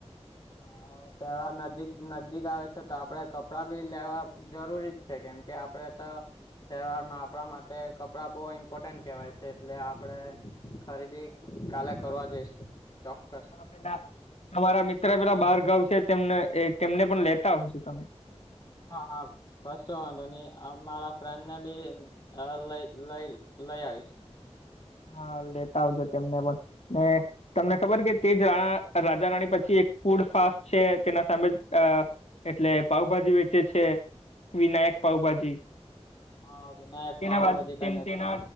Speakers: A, on the left (about 45°); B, on the left (about 70°).
A: હા. તેવા નજીક નજીક આવે છે તો આપડે કપડાં ભી લેવા જરૂરી જ છે કેમ કે આપડે તો તહેવારમાં આપણા માટે કપડાં બહુ ઇમ્પોર્ટન્ટ કહેવાય છે એટલે આપડે ખરીદી કાલે કરવા જઈશ ચોક્કસ
B: પે તમારા મિત્ર પેલા બારગં છે તેમને તેમને પણ લેતા આવ છો તમે
A: હા હા. કશો વાંધો નઈ મારા ફ્રેન્ડને બી લઈ લઈ લઈ આવીશ
B: હા લેતા આવજો તેમને પણ ને તમને ખબર કે તે જ રાણા રાજા રાણી પછી એક ફૂડ ફાસ્ટ છે તેના સામેજ અ એટલે પાઉભાજી વેચે છે વિનાયક પાઉભાજી
A: હા વિનાયક
B: તેના
A: પાઉભાજી
B: બાદ
A: કરીને
B: તેના
A: છે